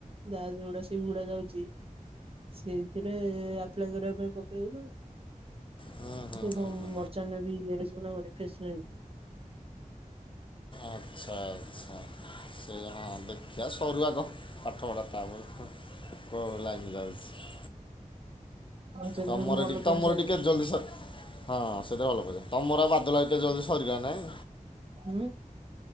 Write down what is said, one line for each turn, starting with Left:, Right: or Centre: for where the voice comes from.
Right: ଯାହାଗୁଡା ସେଗୁଡା ଯାଉଛି। ସେଇଥିରେ ଆପ୍ଲାଏ କରିବା ପାଇଁ ପକେଇବୁ ନା।
Left: ହୁଁ ହୁଁ
Right: ଏବଂ
Left: ହୁଁ ହୁଁ
Right: ମର୍ଚାନ୍ଦ ନବୀ ଏର ଜ ଅନଖେସେ <inaudible>
Left: ଆଚ୍ଛା ଆଚ୍ଛା ସେଇ ହଁ ଦେଖିବା ସରୁ ଆଗ ପାଠପଢ଼ା ତାପରେ କଉ ଲାଇନ ଯାଉଛି?
Right: ସେଥିରେ
Left: ତମର
Right: କିନ୍ତୁ ଭଲ
Left: ଟିକେ
Right: ପଇସା
Left: ତମର ଏଟି
Right: ଯେ
Left: କେତେ ଜଲଦି ସ ହଁ ସେଥି ଭଲ ପା ତମର ବାଦ ଲିକା ଜଲଦି ସରିବ ନାଇଁ।
Right: ଉଁ।